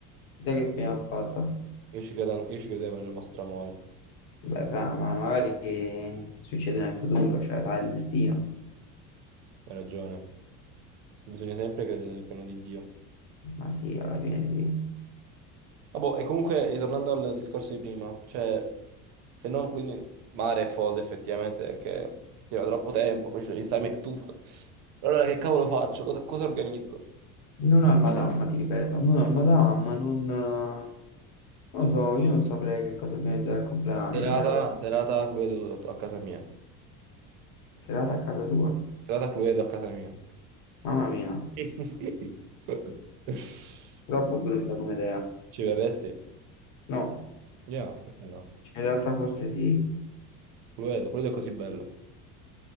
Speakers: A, on the left; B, on the right.
A: Chissà che fine ha fatto.
B: Io ci credo- io ci credevo nel vostro amore,
A: Beh, fra, ma magari succederà in futuro, cioè sai il destino.
B: hai ragione. Bisogna sempre credere nel piano di Dio.
A: Ma sì, alla fine sì.
B: Vabbè, e comunque, ritornando al discorso di prima, cioè, se non, quindi, mare è folle effettivamente perché c'era troppo tempo, poi c'è l'esame e tutto. Allora che cavolo faccio? Cosa cosa organizzo?
A: Non al Madama, ti ripeto, non al Madama, non... eh, Non lo so, io non saprei che cosa organizzare al compleanno,
B: Serata,
A: cioè... per-
B: serata Cluedo a casa mia.
A: Serata a casa tua.
B: Serata Cluedo a casa mia.
A: Mamma mia,
B: <laughs>
A: troppo brutta come idea.
B: Ci verresti?
A: No,
B: Yeah, perché no?
A: cioè in realtà forse sì,
B: Lo vedo, quello è così bello.